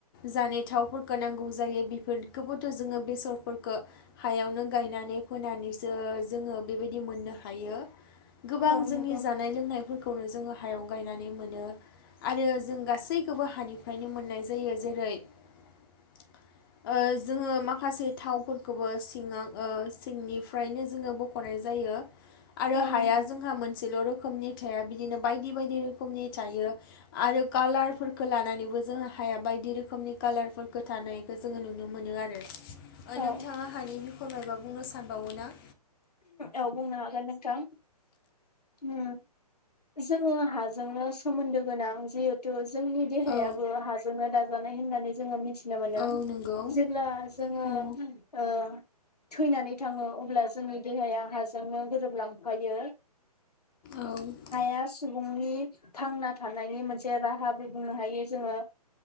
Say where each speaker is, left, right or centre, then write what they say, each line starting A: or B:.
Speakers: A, on the left; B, on the left.
A: जानाय थावफोरखौ नांगौ जायो बेफोरखौबोथ जोङो बेसरफोरखौ हायावनो गायनानै फोनानैसो जोङो बेबायदि मोननो हायो। गोबां
B: औ
A: जोंनि
B: नंगौ
A: जानाय लोंनायफोरखौ खौनो जोङो हायाव गायनानै मोनो। आरो जों गासैखौबो हानिफ्रायनो मोननाय जायो जेरै ओ जोङो माखासे थावफोरखौबो सिङाव ओ सिंनिफ्रायनो जोङो बख'नाय जायो। आरो
B: औ
A: हाया जोंहा मोनसेल' रोखोमनि फिथाइया बिदिनो बायदि बायदि रोखोमनि थायो। आरो कालारफोरखो लानानैबो जोङो हाया बायदि रोखोमनि कालार <unintelligible> थानायखौ जोङो नुनो मोनो आरो। ओ
B: औ
A: नोंथाङा हानि फोर मायबा बुंनो सानबावो ना?
B: औ बुंनो हागोन नोंथां ओ जोङो हाजोंनो सोमोन्दो गोनां जिहेथु जोंनि देहायाबो
A: औ
B: हाजोंनो दाजानाय। दाजानाय होननानै जोङो मिथि थिनो मोनो
A: औ नंगौ
B: जेब्ला जोङो
A: अ औ
B: ओ थैनानै थाङो अब्ला जोंनि देहाया हाजोंनो गोरोबलांफायो।
A: औ
B: हाया सबुं सुबुंनि थांना थानायनि मोनसे राहाबो बुंनो हायो जोङो